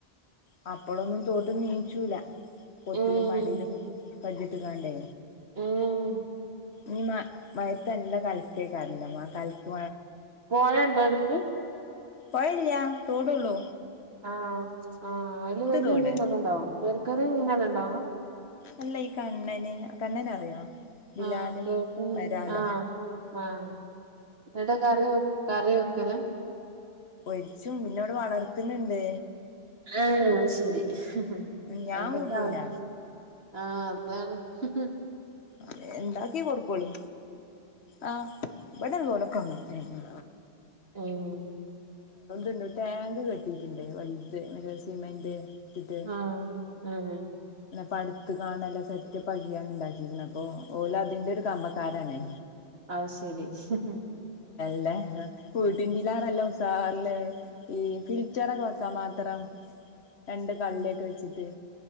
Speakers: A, on the left (about 85°); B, on the right (about 70°).
A: ആ അപ്പോളൊന്നും തോതന്ന് നീയിിച്ചൂല പൊത്തില
B: ഏഹ്
A: മാടയിലും കജ് കട്ടുകാണ്ടേ
B: ഏഹ്
A: ന ല്ല കളിക്കേക്കറല്ല ആ കളിക്ക
B: കോഴ ഇണ്ടോ എടുത്ത്
A: പോഴല്ല തോടലോ
B: ആഹ ആഹ് അതില്ിയ
A: തോട്
B: മീനൊക്കെണ്ടോ ചെറക്കറ മീനല്ല ഉണ്ടോ ആഹ
A: അല്ല ഈ കണ്ണന് കണ്ണന അറിയോ ബിലാല്
B: ആഹ കേൾക്കും
A: വരാലോ
B: ആഹ ആഹ എടാ കറി വെ കറി വെക്കല
A: ഒടിച്ചും പിന്നെ അവിടെ വളർത്തുന്നുണ്ട്
B: ആഹ ശരി ഉ
A: ഞാൻ
B: അയിന്റെക്കെ
A: കൂട്ടൂല
B: ആള്യ ആഹ അതാണ് ഹ് ഹ്
A: അത എന്താക്കിയ കൊടുക്കോളി ആ ബടർ ഓട അങ്ങൻതന്നെ
B: ആമ്
A: ഇണ്ട്ോ ടാങ്ക് കെട്ടിട്ടുണ്ട് വലുത് സിമെന്റ് <unintelligible> ട്ട്
B: ആഹ് ഏഹ്
A: പട് എത്ത് കാണല്ലോ സെറ്റ് <unintelligible> അപ്പൊ ഓലോ അതിന്റെ ഒരു കമ്പക്കാരാണേ
B: അ ശരി ശരി
A: അല്ലേ വീട്ടിനെജിനർ ഉസാറില് ഈ ഫിൽറ്ററക്കെ വെക്കാൻ മാത്രം രണ്ട് കള്ളിയൊക്കെ
B: ഉം
A: വെച്ചിട്ട്